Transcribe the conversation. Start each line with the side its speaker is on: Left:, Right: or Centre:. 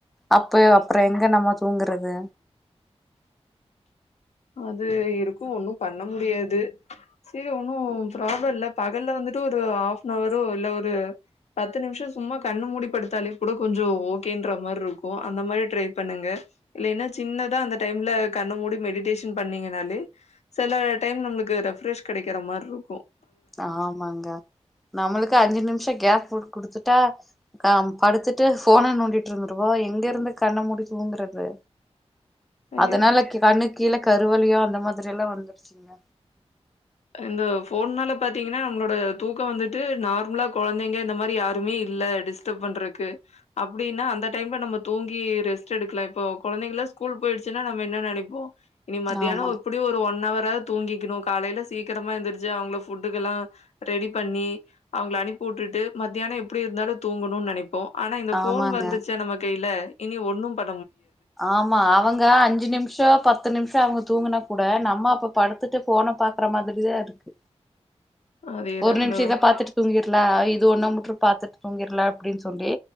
Centre: அப்ப அப்புறம் எங்க நம்ம தூங்குறது
Left: அது இருக்கும் ஒன்னும் பண்ண முடியாது சரி ஒன்னும் பராப்ளம் இல்ல பகல்ல வந்துட்டு ஒரு ஹாப்பனவரோற இல்ல ஒரு பத்து நிமிஷம் சும்மா கண்ணு மூடி படுத்தாலும் கூட கொஞ்சம் ஓகேன்ற மாதிரி இருக்கும் அந்த மாதிரி ட்ரை பண்ணுங்க இன்ன சின்னதா அந்த டைம்ல கண்ணு மூடி மெடிடேஷன் பண்ணீங்கனாலே சில டைம் நம்மளுக்கு ரெஃப்ரஷ் கிடைக்கிற மாதிரி இருக்கும்
Centre: ஆமாங்க நம்மளுக்கு அஞ்சு நிமிஷம் கேஸ் பட் குடுத்துட்டா அ படுத்துட்டு போனை நோண்டிட்டு இருந்துருவா எங்க இருந்து கண்ண முடிதூங்குங்கறது
Left: ஐயோ
Centre: அதனால
Left: இந்த ஃபோ
Centre: கண்ணு கீழ கருவலியோ அந்த மாதிரி எல்லாம் வந்துருச்சிங்க
Left: இந்த போன்னால பாத்தீங்கன்னா நம்மளோட தூக்கம் வந்துட்டு நார்மலா குழந்தைங்க இந்த மாதிரி யாருமே இல்லலை டிஸ்டர்ப் பண்றதுக்கு அப்படின்னா அந்த டைம்ல நம்ம தூங்கி ரெஸ்ட் எடுக்கலாம் இப்போ குழந்தைங்காம் ஸ்கூல் போயிடுச்சுன்னா நம்ம என்னன்னு நினைப்போம் இனி மத்தியானம்
Centre: ஆமா
Left: இப்படி ஒரு ஒன் அவர் தூங்கிக்கணும் காலையையில் சீக்கிரமா எந்திரிச்சு அவங்கள ஃபுட்டுக்க எல்லாம் ரெடி பண்ணி அவங்களளை அனுப்பி விட்டுட்டு மத்தியானம் எப்படி இருந்தாலும் தூங்கணும்னு நினைப்ப ஆனா இந்த போன்
Centre: ஆமாங்க
Left: வந்துச்ச நம்ம கையில இனி ஒண்ணும் ப
Centre: ஆமா அவங்க அஞ்சு நிமிஷம் பத்து நிமிஷம் அவங்க தூங்கினா கூட நம்ம அப்ப படுத்துட்டு போன பாக்குற மாதிரி தான் இருக்கு
Left: அதேதான்.
Centre: ஒரு நிமிஷம்
Left: அந்த
Centre: இத பாத்துட்டு தூங்கில இது ஒண்ணா மு பாத்துட்டு தூங்கிடல அப்டி சொல்லி